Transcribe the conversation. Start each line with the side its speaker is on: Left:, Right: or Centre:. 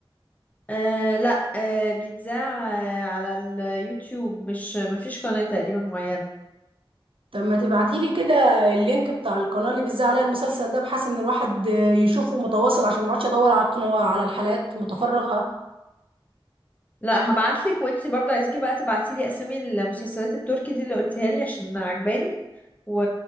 Left: آه لا آه بيتذاع آه على اليوتيوب مش مفيش قناة تقريبا معينة
Right: طب ما تبعتيلي كده اللينك بتاع القناه اللي بيذاع عليها المسلسل ده بحيث ان الواحد آه، يشوفه متواصل عشان ما اقعدش ادور على القناه على الحلقات متفرغه
Left: لا هبعتلك وانتي برضه عايزاكي بقى تبعتيلي اسامي المسلسلات التركي دي اللي قلتيها لي عشان عجباني و...